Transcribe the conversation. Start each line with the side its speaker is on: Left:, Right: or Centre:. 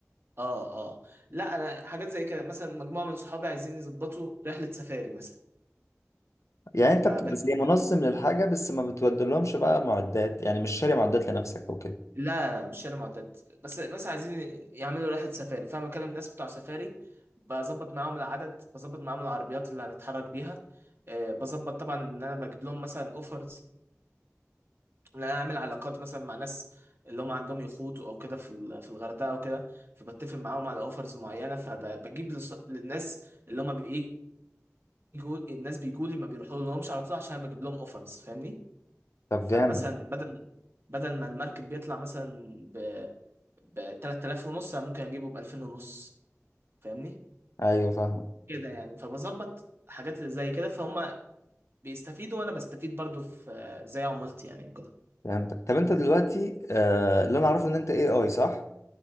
Right: اه آه. لا انا حاجات زي كده مثلا مجموعه من صحابي عايزين يظبطوا رحله سفاري مثلا
Left: يعني انت
Right: فبت...
Left: بتبقى زي منظم للحاجه بس ما بتودلهمش بقى معدات يعني مش شاري معدات لنفسك او كده
Right: لا مش شاري معدات بس مثلا عايزين يعملوا رحله سفاري فانا بكلم ناس بتوع سفاري بظبط معاهم العدد بظبط معاهم العربيات اللي هنتحرك بيها آه بظبط طبعا ان انا بجيب لهم مثلا اوفرز ان انا اعمل علاقات مثلا مع ناس اللي هم عندهم يخوت او كده في ال- في الغردقه او كده فبتفق معاهم على اوفرز معينه فبجيب للناس اللي هم بيجوا بيجوا الناس بيجوا لي ما بيروحوا لهمش على طول عشان أنا بجيب لهم اوفرز فاهمني
Left: طب
Right: فمثلا
Left: جامد
Right: بدل بدل ما المركب بيطلع مثلا ب ب 3000 ونص أنا ممكن اجيبه ب 2000 ونص فاهمني
Left: ايوه فاهمك
Right: كده يعني فبظبط حاجات اللي زي كده فهم بيستفيدوا وانا بستفيد برضو في زي عمولتي يعني كده
Left: فهمتك طب انت دلوقتي آه اللي انا اعرفه ان انت اي اي صح